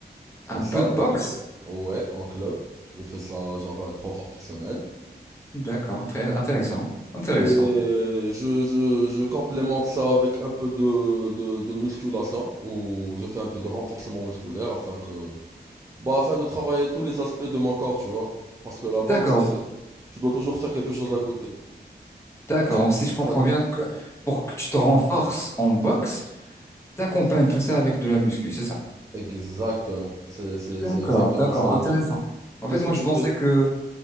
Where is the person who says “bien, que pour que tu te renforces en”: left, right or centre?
Left